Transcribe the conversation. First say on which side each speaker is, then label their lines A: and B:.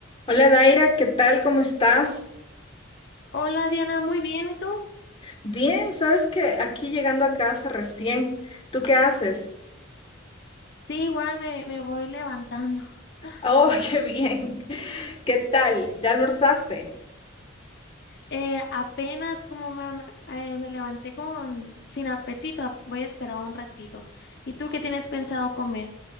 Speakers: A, on the left; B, on the left.
A: Hola Daira, ¿qué tal? ¿Cómo estás?
B: Hola Diana, muy bien, ¿y tú?
A: Bien, sabes que aquí llegando a casa recién. ¿Tú qué haces?
B: Sí, igual me, me voy levantando. <laughs>
A: Oh, <laughs> qué bien. ¿Qué tal? ¿Ya almorzaste?
B: Eh, apenas como me, me- eh, me levanté con sin apetito, voy a esperar un ratito. ¿Y tú qué tienes pensado comer?